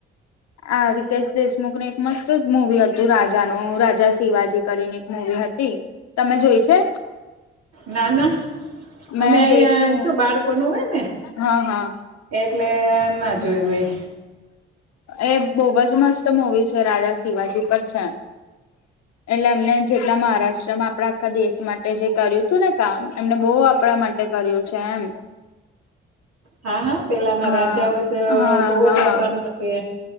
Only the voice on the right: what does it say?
ના ના અમે
અહંયા
છુ બાળકો જોવેય ને.
એટલે ના જોયું હોય
હા હા પેલાના
રાજાઓ તો
બવ
જ આપડા માટે